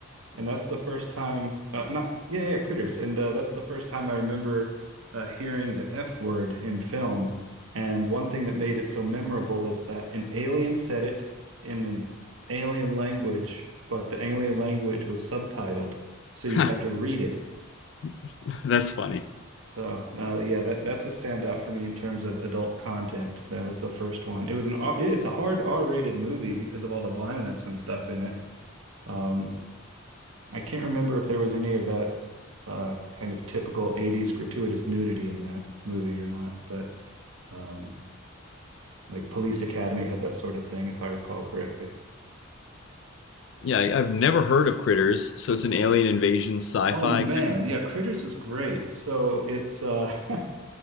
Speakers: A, on the right (about 80°); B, on the left (about 60°).
A: and that's the first time uh, not yeah yeah critters and uh, that's the first time i remember uh, hearing the f word in film and one thing that made it so memorable is that an alien said it in an alien language but the alien language was subtitled so you
B: Ha,
A: got to read it
B: <laughs> that's funny.
A: so uh, yeah that that's a standout for me in terms of adult content that was the first one it was an R, it's a hard r-rated movie because of all the violence and stuff in it um I can't remember if there was any of that uh, kind of typical 80s gratuitous nudity in that movie or not, but um, like Police Academy had that sort of thing, if I recall correctly.
B: Yeah, I- I've never heard of Critters, so it's an alien invasion sci-fi.
A: Oh man, yeah, Critters is great. So it's uh <laughs>